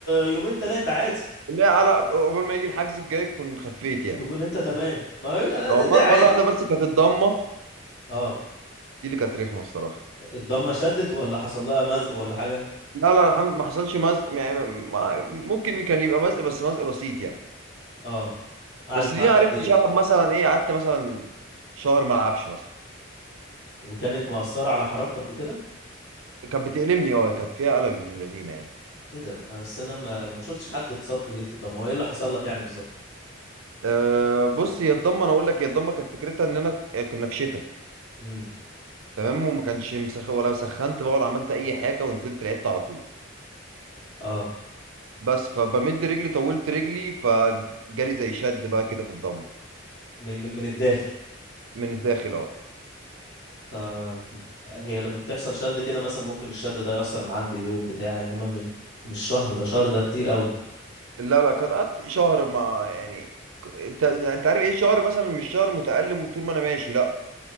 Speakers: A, on the left; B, on the right.
A: يومين ثلاثة عادي
B: اللي هي على قبل ما يجي الحجز الجاي تكون خفيت يعني
A: تكون انت تمام ما هي
B: اه
A: ده ده
B: م-
A: عادي
B: مرة واحدة بس كانت الضمة
A: اه
B: دي اللي كانت رخمة الصراحة
A: الضمة شدت ولا حصل لها مزق ولا حاجة
B: لا لا الحمد ما حصلش مزق يعني ما- ممكن كان يبقى مزق بس مزق بسيط يعني
A: اه قعدت
B: بس دي
A: معاك
B: ما عرفتش
A: قد ايه
B: العب مثلا ايه قعدت مثلا شهر ما العبش مثلا
A: وكانت مؤثرة على حركتك وكده
B: كانت بتألمني اه كانت فيها قلب من لذينه يعني
A: ايه ده بس انا ما ما شفتش حد اتصاب كتير في الضمة هو ايه اللي حصل لك يعني بالظبط
B: أه بص هي الضمه انا اقول لك هي الضمه كانت فكرتها ان انا كنا في شتاء
A: امم
B: تمام وما كانش مسخ ولا سخنت بقى ولا عملت اي حاجه ونزلت لعبت على طول
A: اه
B: بس فبمد رجلي طولت رجلي فجالي زي شد بقى كده في الضمه
A: من من الداخل
B: من الداخل اه
A: ف هي لما بتحصل شد كده مثلا ممكن الشد ده يأثر مع عندي يوم بتاع انما مش مش شهر ده شهر ده كتير قوي
B: لا لا كانت قعدت شهر ما يعني ك- انت انت عارف ايه الشهر مثلا مش شهر متألم طول ما انا ماشي لا